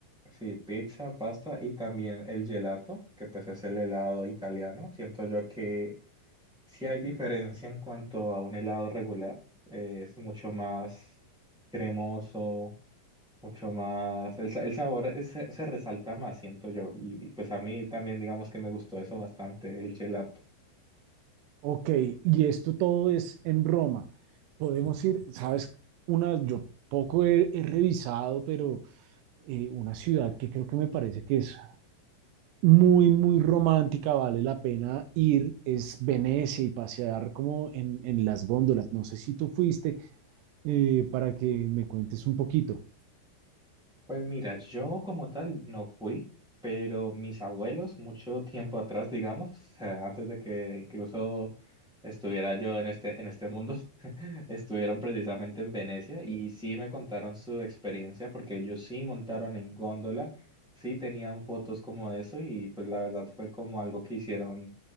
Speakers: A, in the centre; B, on the right (about 85°).
A: sí, pizza, pasta y también el gelato, que pues es el helado italiano. Siento yo que Sí hay diferencia en cuanto a un helado regular. eh, es mucho más cremoso, mucho más... El, sa- el sabor es- se, se resalta más, siento yo. Y pues a mí también digamos que me gustó eso bastante, el gelato.
B: Ok, y esto todo es en Roma. Podemos ir, sabes, una, yo poco he he revisado, pero... eh, una ciudad que creo que me parece que es muy, muy romántica, vale la pena ir, es Venecia y pasear como en, en las góndolas. No sé si tú fuiste eh, para que me cuentes un poquito.
A: Pues mira, yo como tal no fui, pero mis abuelos mucho tiempo atrás, digamos, o sea, antes de que incluso estuviera yo en este, en este mundo, <laughs> estuvieron precisamente en Venecia y sí me contaron su experiencia porque ellos sí montaron en góndola, sí tenían fotos como eso y pues la verdad fue como algo que hicieron